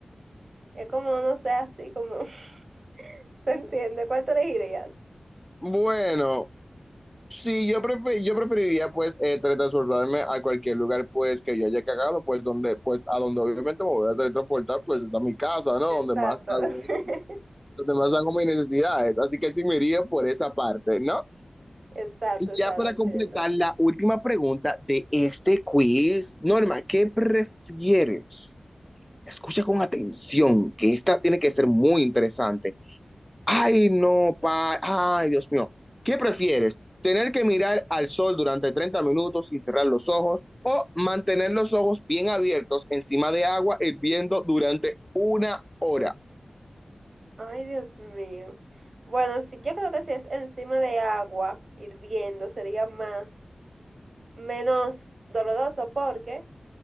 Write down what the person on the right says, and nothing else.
es como, no sé, así como, <laughs> ¿se entiende? ¿Cuál te elegirías?
Exacto.
<laughs>
Exacto,
exacto,
entiendo.
Ay, Dios mío. Bueno, sí, yo creo que si es encima de agua, hirviendo, sería más, menos doloroso porque